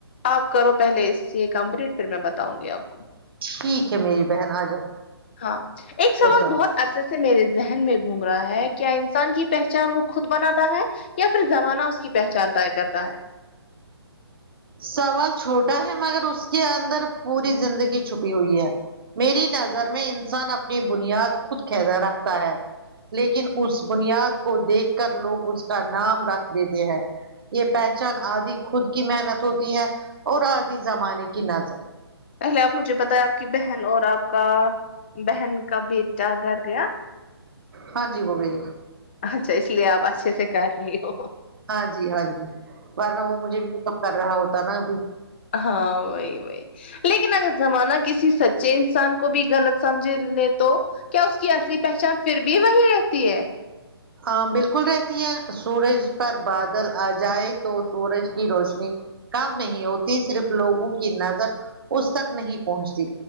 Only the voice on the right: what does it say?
ٹھیک ہے میری بہن آ جاؤ
بتاؤ
سوال چھوٹا ہے مگر اس کے اندر پوری زندگی چھپی ہوئی ہے میری نظر میں انسان اپنی بنیاد خود کیدا رکھتا ہے لیکن اس بنیاد کو دیکھ کر لوگ اس کا نام رکھ دیتے ہیں یہ پہچان آدھی خود کی محنت ہوتی ہے اور آدھی زمانے کی نظر
ہاں جی وہو گے
ہاں جی ہاں جی ورنہ وہ مجھے میک اپ کر رہا ہوتا نا ابھی
ہاں بالکل رہتی ہے سورج پر بادل آ جائے تو سورج کی روشنی کم نہیں ہوتی صرف لوگوں کی نظر اس تک نہیں پہنچتی